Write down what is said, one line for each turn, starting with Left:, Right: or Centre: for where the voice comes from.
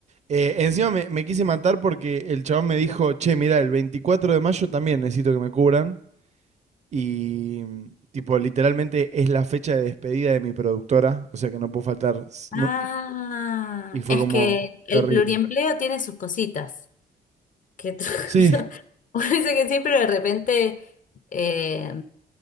Right: Eh, encima me, me quise matar porque el chabón me dijo, che, mira, el 24 de mayo también necesito que me cubran. Y mm, tipo, literalmente es la fecha de despedida de mi productora, o sea que no puedo faltar. s-
Left: Ah,
Right: no- y fue
Left: es
Right: como
Left: que el
Right: terrible.
Left: pluriempleo tiene sus cositas. que otra
Right: Sí.
Left: cosa? <laughs> Uno dice que sí, pero de repente eh,